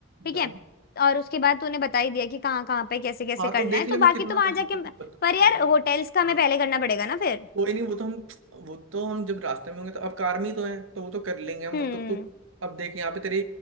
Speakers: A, on the left (about 50°); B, on the right (about 85°).
A: ठीक
B: डन
A: है
B: <laughs>
A: और उसके बाद तूने बता ही दिया कि कहाँ कहाँ पे कैसे कैसे
B: हाँ
A: करना
B: तो देख
A: है तो
B: ले मैं
A: बाकी
B: कितना
A: तो वहां
B: बजट
A: जाके
B: तेरे को बता
A: पर यार
B: बजट
A: होटल्स का
B: हाँ
A: हमें पहले करना पड़ेगा ना फिर
B: कोई नहीं वो तो हम वो तो हम जब रास्ते में होंगे तो अब कार में ही तो है तो वो तो कर लेंगे हम
A: हम्म
B: वो तो तू अब देख यहाँ पे तेरी